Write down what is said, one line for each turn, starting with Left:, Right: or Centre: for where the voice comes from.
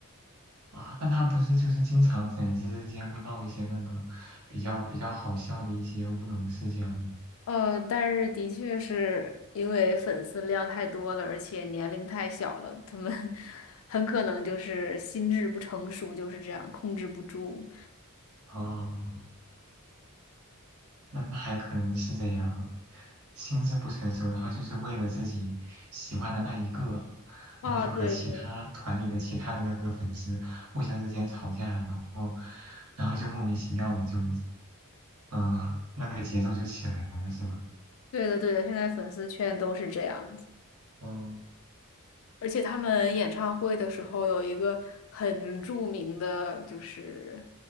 Right: 啊。但他不是就是经常粉丝之间会闹一些那个比较比较好笑的一些乌龙事件吗？
Left: 呃，但是的确是因为粉丝量太多了，而且年龄太小了，他们 <laughs> 很可能就是心智不成熟，就是这样控制不住。
Right: 啊。那那还可能是这样，心智不成熟，然后就是为了自己喜欢的那一个，
Left: 啊，
Right: 然后就和其他团里的其他的那个粉丝互相之间吵架，
Left: 对对，
Right: 然后，然后就莫名其妙的就，嗯、那个节奏就起来了，是吧？
Left: 对的对的，现在粉丝圈都是这样子。
Right: 嗯，
Left: 而且他们演唱会的时候有一个很著名的，就是